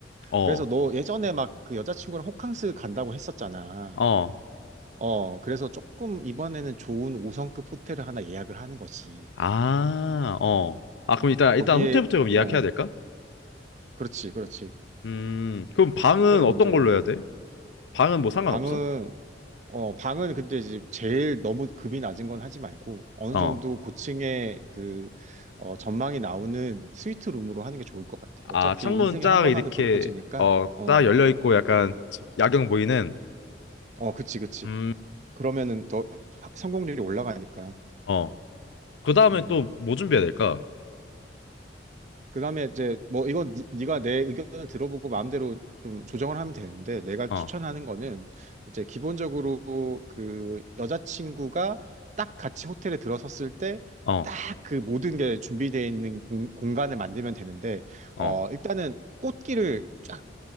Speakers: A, on the left (about 80°); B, on the right (about 40°).
A: 어,
B: 그래서 너 예전에 막 그 여자친구랑 호캉스 간다고 했었잖아.
A: 어,
B: 어, 그래서 조금 이번에는 좋은 5성급 호텔을 하나 예약을 하는 거지.
A: 아, 어. 아, 그럼 일단, 일단
B: 거기에
A: 호텔부터 그럼 예약해야
B: 어,
A: 될까?
B: 그렇지, 그렇지.
A: 음, 그럼 방은
B: 호텔을
A: 어떤
B: 먼저
A: 걸로
B: 예약을
A: 해야 돼? 방은 뭐 상관없어?
B: 방은 어 방은 근데 이제 제일 너무 급이 낮은 건 하지 말고 어느
A: 어.
B: 정도 고층의 그 어, 전망이 나오는 스위트 룸으로 하는 게 좋을 것 같아.
A: 아,
B: 어차피
A: 창문
B: 인생에
A: 쫙
B: 한 번
A: 이렇게
B: 하는 프로포즈니까
A: 어,
B: 어
A: 딱 열려 있고 약간 야경 보이는
B: 어 그치 그치.
A: 음.
B: 그러면은 더 화- 성공률이 올라가니까.
A: 어. 그다음에
B: 음. 음.
A: 또 뭐 준비해야 될까?
B: 그다음에 이제 뭐 이건 니, 네가 내 의견을 들어보고 마음대로 좀 조정을 하면 되는데 내가
A: 어.
B: 추천하는 거는 이제 기본적으로 그 여자친구가 딱 같이 호텔에 들어섰을 때
A: 어.
B: 딱 그 모든 게 준비되어 있는 공, 공간을 만들면 되는데
A: 어.
B: 어 일단은 꽃길을 쫙